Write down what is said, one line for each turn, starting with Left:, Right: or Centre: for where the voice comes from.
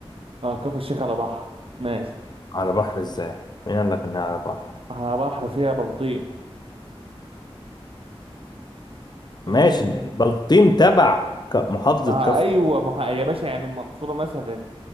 Right: اه كفر الشيخ على بحر ماشي
Left: على بحر ازاي مين قال لك انها على بحر
Right: على بحر فيها بلطيم
Left: ماشي
Right: إيه.
Left: بلطيم تبع ك- محافظة
Right: ما
Left: كفر
Right: ايوه ما ه- يا باشا يعني المنصوره مثلا